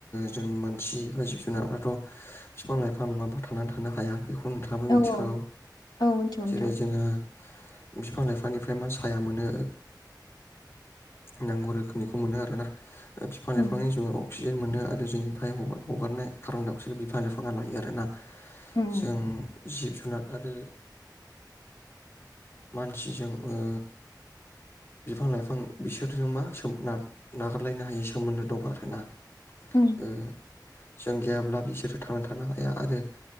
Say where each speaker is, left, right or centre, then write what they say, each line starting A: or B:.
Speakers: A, on the left (about 35°); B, on the left (about 70°).
A: जों मानसि बा जिब जुनारफ्राथ' बिफां लाइफां नङाबा थांनानै थानो हाया बेखौ नोंथाङाबो
B: औ
A: मिथिखागौ
B: औ औ मिथिगौ नोंथां
A: जेरै जोङो बिफां लाइफांनिफ्राय मा साया मोनो नांगौ रोखोमनिखौ मोनो आरोना बिफां लाइफांनि
B: उम
A: जुग आव अक्सिजेन मोनो आरो जोंनिफ्रायगार हगारनाय खाब्रनडाइ आखौ बिसोरो बिफां लाइफाङा लायो आरो ना
B: उम
A: जों जिब-जुनार आरो मानसिजों ओ बिफांलाइफां बिसोरजों मा नागारलायनो हायै सोमोन्दो दं आरोना
B: उम
A: ओ जों गैयाब्ला बिसोरो थांना थानो हाया आरो